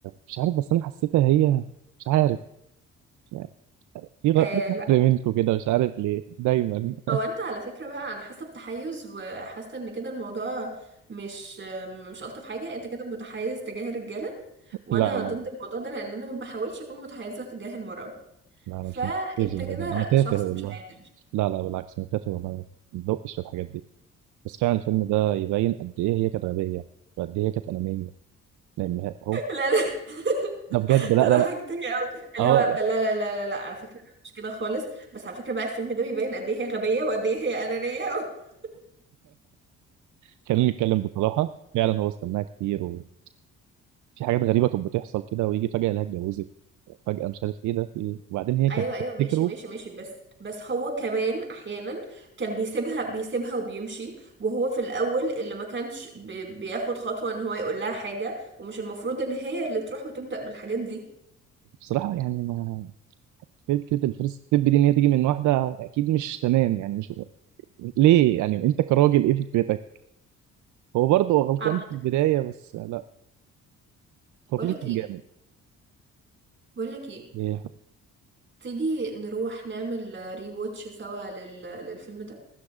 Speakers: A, on the right; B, on the right.
A: مش عارف بس انا حسيتها هي مش عارف يعني في غ...
B: آه
A: في
B: لا
A: غدر منكم كده مش عارف ليه دايما <laughs>
B: هو انت على فكرة بقى انا حاسة بتحيز وحاسة ان كده الموضوع مش آه، مش الطف حاجة انت كده متحيز تجاه الرجالة
A: لا
B: وانا
A: لا
B: ضد
A: لا
B: الموضوع ده لان انا ما بحاولش اكون متحيزة تجاه المرأة
A: لا
B: فانت
A: مش مركز والله
B: كده
A: ده انا تافه
B: شخص
A: والله
B: مش عادل <laughs>
A: لا لا بالعكس انا تافه والله ما بدقش في الحاجات دي بس فعلا الفيلم ده يبين قد ايه هي كانت غبيه وقد ايه هي كانت انانيه لان هي- هو
B: لا لا
A: ده بجد
B: انت
A: لا
B: ضحكتني
A: لا لا
B: قوي اللي
A: اه
B: هو لا لا لا لا لا على فكرة مش كده خالص بس على فكرة بقى الفيلم ده بيبين قد ايه هي غبية وقد ايه هي أنانية <laughs>
A: <laughs> خلينا نتكلم بصراحه فعلا هو استناها كتير وفي حاجات غريبه كانت بتحصل كده ويجي فجاه يلاقيها اتجوزت فجأة مش عارف ايه ده في ايه وبعدين هي
B: ايوه
A: كانت
B: ايوه
A: بتفتكره
B: ماشي ماشي ماشي بس بس هو كمان احيانا كان بيسيبها بيسيبها وبيمشي وهو في الاول اللي ما كانش بي بياخد خطوه ان هو يقول لها حاجه ومش المفروض ان هي اللي تروح وتبدا بالحاجات دي
A: بصراحة يعني ما فكرة فكرة الفيرست ستيب دي ان هي تيجي من واحدة اكيد مش تمام يعني مش ليه يعني انت كراجل ايه فكرتك هو برضه هو غلطان
B: عامه
A: في البداية بس لا هو
B: بقول
A: فيلم
B: لك
A: كان
B: ايه
A: جامد
B: بقول لك ايه
A: ايه
B: تيجي نروح نعمل ري واتش سوا لل للفيلم ده